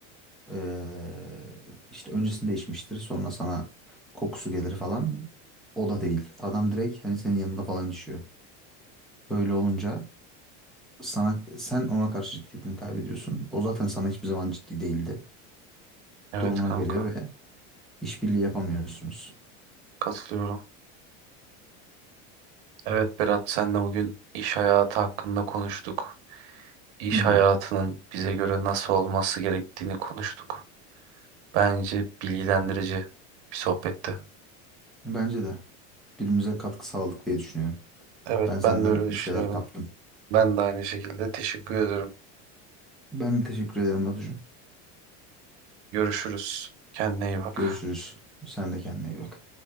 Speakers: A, in the centre; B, on the right.
A: eee, işte öncesinde içmiştir sonra sana kokusu gelir falan. O da değil. Adam direkt hani senin yanında falan içiyor. Öyle olunca sana sen ona karşı ciddiyetini kaybediyorsun. O zaten sana hiçbir zaman ciddi değildi.
B: Evet
A: Durumuna
B: kanka.
A: geliyor ve işbirliği yapamıyorsunuz.
B: Katılıyorum. Evet Berat senle bugün iş hayatı hakkında konuştuk. İş
A: Hı hı.
B: hayatının bize göre nasıl olması gerektiğini konuştuk. Bence bilgilendirici bir sohbetti.
A: Bence de birbirimize katkı sağladık diye düşünüyorum.
B: Evet
A: Ben senden
B: ben de öyle düşünüyorum.
A: bir şeyler kaptım.
B: Ben de aynı şekilde teşekkür ederim.
A: Ben de teşekkür ederim Batucuğum.
B: Görüşürüz. Kendine iyi bak.
A: Görüşürüz. Sen de kendine iyi bak.